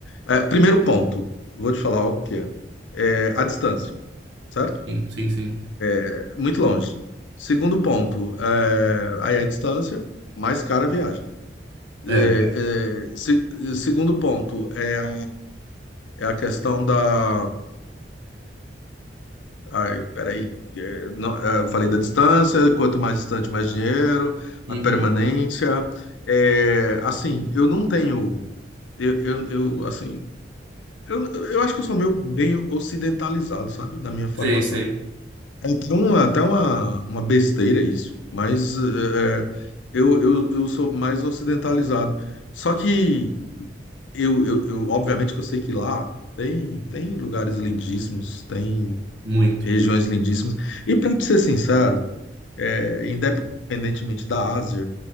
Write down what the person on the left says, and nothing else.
é, primeiro ponto, vou te falar o que é. É a distância, certo?
É Muito longe. Segundo ponto, é, aí a distância, mais cara a viagem.
É, é, se- segundo ponto, é a, é a questão da Ai, peraí. É, não, é, eu falei da distância, quanto mais distante, mais dinheiro,
a permanência. É, assim, eu não tenho. Eu, eu, eu, assim, eu, eu acho que eu sou meio bem ocidentalizado, sabe, da minha formação.
É até uma, até uma, uma besteira isso, mas é, é, eu, eu, eu sou mais ocidentalizado. Só que eu, eu, eu, obviamente que eu sei que lá tem, tem lugares lindíssimos, tem
regiões lindíssimas. E para ser sincero, é, independentemente da Ásia,